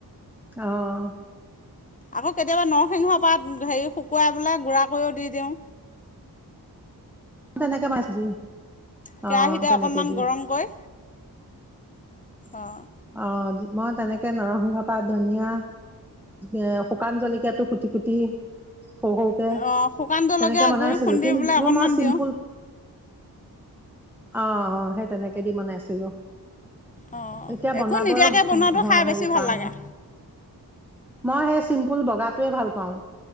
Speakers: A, in the centre; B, on the left.
A: আহ
B: আকৌ কেতিয়াবা নৰসিংহ পাত হেৰি শুকুৱাই পেলাই গুড়া কৰিও দি দিওঁ
A: তেনেকে ভাজি দি
B: কেৰাহীতে
A: অ তেনেকে
B: অকণমান
A: দি
B: গৰমকৈ অঁ
A: অঁ মই তেনেকে নৰসিংহ পাত ধনিয়া এ শুকান জলকীয়াটো কুটি কুটি সৰু সৰুকে
B: অঁ শুকান জলকীয়া
A: তেনেকে বনাইছিলো
B: গুড়ি খুন্দি
A: কিন্তু
B: পেলাই অকণমান
A: মই চিম্পুল
B: দিওঁ
A: আঁহ আঁহ সেই তেনেকে দি বনাইছিলো
B: অঁ
A: এতিয়া বনাব
B: একো নিদিয়াকে বনোৱাটো খাই
A: হেৰি
B: বেছি
A: কৰা
B: ভাল লাগে
A: নাই মই সেই চিম্পুল বগাটোৱে ভাল পাওঁ